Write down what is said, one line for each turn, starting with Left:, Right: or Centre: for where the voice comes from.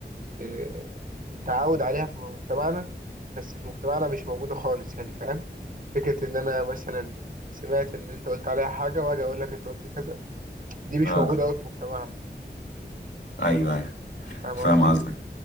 Right: آه، متعود عليها في مجتمعنا بس في مجتمعنا مش موجودة خالص يعني فاهم فكرة إن أنا مثلا سمعت إن أنت قلت عليها حاجة وأجي أقول لك أنت قلت كذا دي مش
Left: اه
Right: موجودة أوي في مجتمعنا
Left: ايوه ايوه
Right: فاهم
Left: فاهم
Right: قصدي؟
Left: قصدك